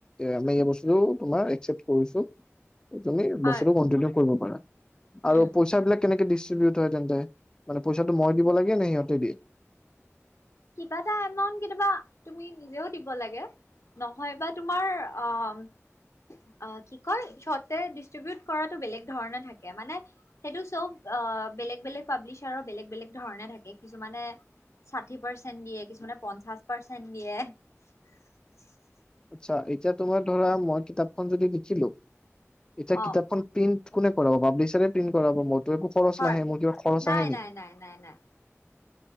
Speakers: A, on the left (about 15°); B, on the left (about 75°).
A: আমি এই বস্তুটো তোমাৰ একচেপ্ট কৰিছো। তুমি
B: হয়
A: বছৰটো কন্টিনিউ কৰিব পাৰা আৰু
B: উম
A: পইচা বিলাক কেনেকে দিছে <unintelligible> হয় তেন্তে মানে পইচাটো মই দিব লাগে নে সিহঁতে দিয়ে?
B: কিবা এটা একাউণ্ট কেতিয়াবা তুমি নিজেও দিব লাগে, নহয় বা তোমাৰ অ' - অ' কি কয় চৰ্টকে ডিষ্ট্ৰিবিউট কৰাটো বেলেগ ধৰণে থাকে মানে সেইটো চব আহ বেলেগ - বেলেগ পাব্লিচাৰৰ বেলেগ বেলেগ ধৰণে থাকে কিছুমানে চা পাৰ্চেন্ট দিয়ে কিছুমানে পঞ্চাশ পাৰ্চেন্ট দিয়ে। <inaudible>
A: আচ্ছা, এতিয়া তোমাৰ ধৰা মই কিতাপখন যদি লিখিলো এতিয়া
B: অ
A: কিতাপখন প্ৰিন্ট কোনে কৰাব পাব্লিচাৰে প্ৰিণ্ট কৰাব মো একো খৰচ
B: হয়
A: নাহে মোৰ কিবা খৰচ
B: নাই
A: আহে নেকি!
B: নাই নাই নাই নাই